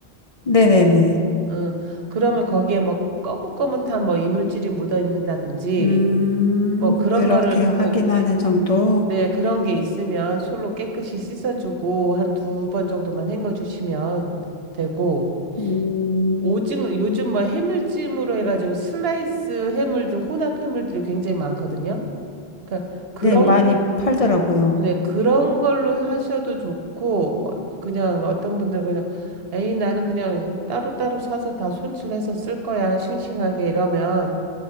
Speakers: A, on the left; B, on the right.
A: 네네네.
B: 어, 그러면 거기에 뭐 거뭇거뭇한 뭐 이물질이 묻어 있는다든지,
A: 음,
B: 뭐 그런
A: 그렇게
B: 거를,
A: 확인하는
B: 어, 이-
A: 정도?
B: 네, 그런 게 있으면 솔로 깨끗이 씻어주고, 한 두 번 정도만 헹궈주시면 되고,
A: 음,
B: 오징어, 요즘 뭐 해물찜으로 해가지고 슬라이스 해물들, 혼합 해물들이 굉장히 많거든요. 그러니까 그런
A: 네. 많이 팔더라고요.
B: 네, 그런 걸로 하셔도 좋고, 어, 그냥 어떤 분들 그냥, 에이, 나는 그냥 따로따로 사서 다 손질해서 쓸 거야, 싱싱하게 이러면.